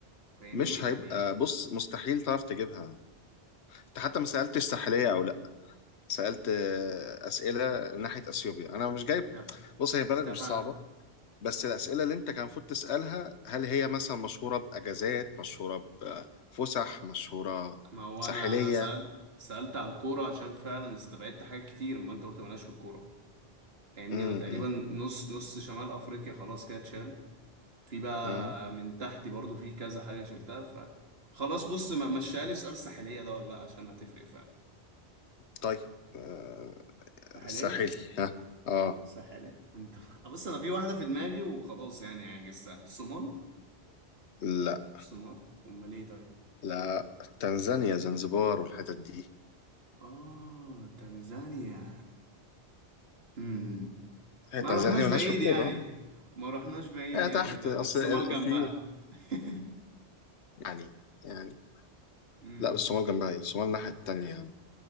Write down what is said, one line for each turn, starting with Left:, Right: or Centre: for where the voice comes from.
Right: فاهمني
Left: مش
Right: يعني
Left: هيبقى بص مستحيل تعرف تجيبها انت حتى ما سألتش ساحلية او لا سألت آه، أسئلة من ناحية أثيوبيا أنا مش جايب
Right: طب
Left: بص هي بلد
Right: طب
Left: مش صعبة بس الأسئلة اللي أنت كان المفروض تسألها هل هي مثلا مشهورة بأجازات مشهورة بفسح مشهورة
Right: ما هو
Left: ساحلية
Right: انا انا سألت سألت على الكورة عشان فعلا استبعدت حاجات كتير ما انت قلت مالهاش في الكورة فاهمني
Left: امم
Right: انا تقريبا نص نص شمال افريقيا خلاص كده اتشال في بقى
Left: امم
Right: من تحت برضو في كذا حاجة شلتها ف خلاص بص ما مشيها لي سؤال ساحلية ده ولا لا عشان هتفرق فعلا
Left: طيب آه،
Right: ساحلية
Left: ساحلي ها اه
Right: ساحلية انت <laughs> بص انا في واحدة في دماغي وخلاص يعني عجزتها الصومال
Left: لا
Right: الصومال امال ايه طيب
Left: لا تنزانيا زنزبار والحتت دي
Right: اه تنزانيا امم
Left: هي
Right: ما
Left: تنزانيا
Right: رحناش
Left: ملهاش
Right: بعيد
Left: في الكورة
Right: يعني ما رحناش بعيد
Left: هي
Right: يعني
Left: تحت
Right: فاهم
Left: أصل
Right: الصومال
Left: ال-
Right: جنبها
Left: في
Right: <laughs>
Left: يعني يعني
Right: امم
Left: لا الصومال جنبها ايه الصومال الناحية التانية يا عم